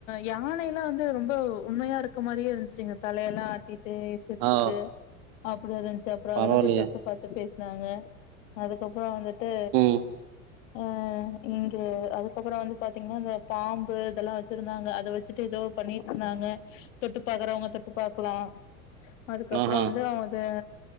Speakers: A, on the left (about 60°); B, on the right (about 50°).
A: யானை எல்லா வந்து ரொம்ப உண்மயா இருக் கு மாதிரியே இருந்துச்சுங்க தலையெல்லா ஆட்டிட்டு சிரிச்சுட்டு
B: ஆ
A: அப்டி இருந்துச்சு அப்புறோ
B: பரவாயில்லையே
A: அதெல்லா போய் தொட்டு பாத்து பேசினாங்க அதுக்கப்புறோ வந்துட்டு
B: ம்
A: அ இங்க அதுக்கப்புறோ வந்து பாத்தீங்கன்னா இந்த பாம்பு இதெல்லா வச்சிருந்தாங்க அத வச் சட்டு ஏதோ பண்ணிட்டு இருந்தாங்க தொட்டு பாக்குறவங்க தொட்டு பாக்கலா அதுக்கு அப்புறோ
B: ஆஹா
A: வந்து அவது